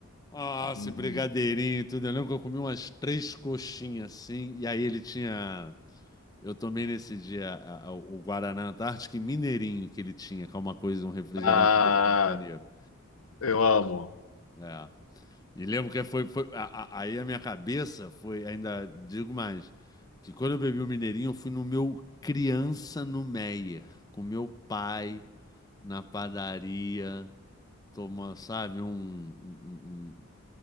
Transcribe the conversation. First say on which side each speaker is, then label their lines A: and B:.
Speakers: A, on the left; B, on the left.
A: Ah, esse
B: uhum.
A: brigadeirinho, e tudo. Eu lembro que eu comi umas três coxinhas assim, e aí ele tinha. Eu tomei nesse dia a- a- o Guaraná Antártico e Mineirinho que ele tinha, que é uma coisa, um refrigerante
B: Ah,
A: do Rio de Janeiro.
B: eu amo.
A: É. E lembro que foi, foi a- a- aí a minha cabeça foi, ainda digo mais, que quando eu bebi o Mineirinho, eu fui no meu criança no Meyer, com meu pai na padaria, tomando, sabe, um, um- um-